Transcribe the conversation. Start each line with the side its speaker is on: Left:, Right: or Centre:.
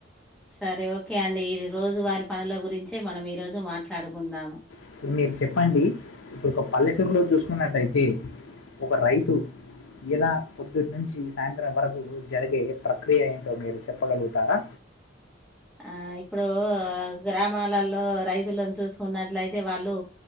Centre: సరే ఓకే అండి ఈ రోజు వారి పనుల గురించే మనం ఈ రోజు మాట్లాడుకుందాం.
Left: ఇప్పుడు మీరు చెప్పండి. ఇప్పుడు ఒక పల్లెటూరులో చూసుకున్నట్టయితే, ఒక రైతు ఇలా పొద్దుటి నుంచి సాయంత్రం వరకు జరిగే ప్రక్రియ ఏంటో మీరు చెప్పగలుగుతారా.
Centre: ఆ ఇప్పుడు గ్రామాలలో రైతులను చూసుకున్నట్లయితే వాళ్ళు,